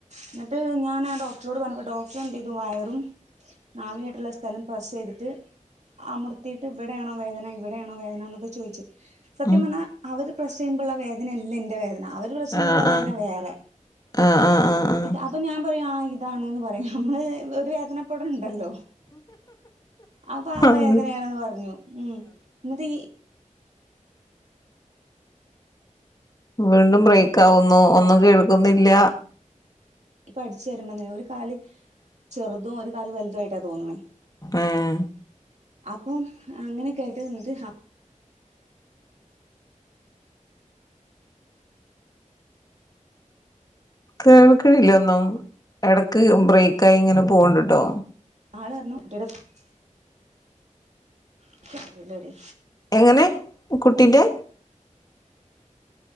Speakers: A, on the right; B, on the left.
A: എന്നിട്ട് ഞാൻ ആ ഡോക്ടറോട് പറഞ്ഞപ്പോൾ ഡോക്ടറെ എന്ത്‌ ചെയ്തു വയറി നാവിയായിട്ടുള്ള സ്ഥലം പസ് ചെയ്തിട്ട് അമർത്തിയിട്ട് വെട്ട എവിടെയാണോ വേദന ഇവിടെയാണോ വേദന എന്നൊക്കെ ചോദിച്ചു സത്യം
B: ഉം
A: പറഞ്ഞാൽ അവർ പ്രസ് ചെയ്യുമ്പോള്ള വേദനയല്ല എന്റെ വേദന അവർ പ്രസ്സ് ചെയ്യുമ്പോ
B: ആഹ്
A: ള്ള വേദന
B: ആഹ്
A: വേറെ
B: ആഹ് ആഹ് ആഹ്
A: അപ്പ ഞാൻ പറയും ആ ഇതാണ് പറയാ നമ്മള് ഒരു വേദനപ്പെട ണ്ടല്ലോ അപ്പൊ ആ
B: ആഹ്
A: വേദനയാണെന്ന് പറഞ്ഞു ഉം ന്നിട്ടീ
B: വീണ്ടും ബ്രേക്ക് ആവുന്നു ഒന്നും കേൾക്കുന്നില്ല
A: ഇപ്പ അഠിച്ചു വരുമ്പോന്നെ ഒരു കാല് ചെറുതും ഒരു കാല് വലുതും ആയിട്ടാ തോന്നണ.
B: ആഹ
A: അപ്പം അങ്ങനെയൊക്കെ ആയിട്ട് ന്നിട്ട്
B: കേൾക്കണില്ല ഒന്നും ഇടക്ക് ബ്രേക്ക് ആയി ഇങ്ങനെ പോണ്ട് ട്ടോ
A: ആളർഞ്ഞു കുട്ടിയത്തല്ലടി
B: എങ്ങനെ കുട്ടിന്റെ